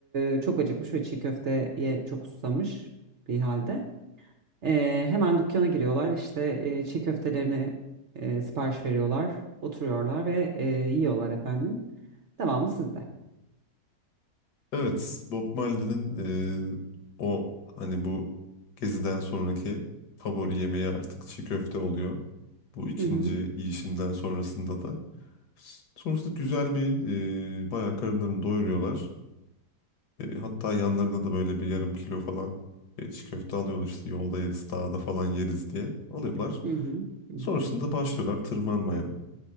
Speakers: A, on the right; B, on the left.
A: e, çok acıkmış ve çiğ köfteye çok susamış bir halde. Ee, hemen dükkana giriyorlar işte e, çiğ köftelerini e, sipariş veriyorlar. Oturuyorlar ve e, yiyorlar efendim. Devamı sizde.
B: evet Bob Marley'nin e, o hani bu geziden sonraki favori yemeği artık çiğ köfte oluyor. Bu ikinci
A: Hı hı,
B: yiyişinden sonrasında da. Sonrasında güzel bir e, bayağı karınlarını doyuruyorlar. E, hatta yanlarına da böyle bir yarım kilo falan e, çiğ köfte alıyorlar işte yolda yeriz, dağda falan yeriz diye alıyorlar.
A: hı hı, hı
B: Sonrasında
A: hı.
B: başlıyorlar tırmanmaya.